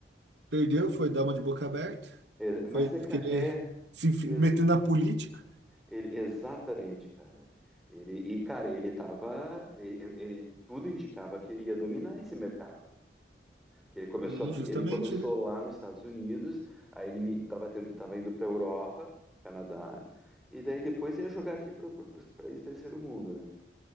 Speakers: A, on the right (about 85°); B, in the centre.
A: Perdeu, foi dar uma de boca aberta.
B: É, mas
A: Foi
B: é,
A: querer
B: ca- é,
A: se enfi-
B: é,
A: meter na política.
B: Ele, exatamente, cara. Ele, e, cara, ele tava. Ele, ele- tudo indicava que ele ia dominar esse mercado. Que ele começou
A: Sim,
B: aqui,
A: justamente,
B: ele começou
A: né?
B: lá nos Estados Unidos, aí ele mi- tava, tendo- tava indo para a Europa, Canadá, e daí depois ia jogar aqui para os países do terceiro mundo, né?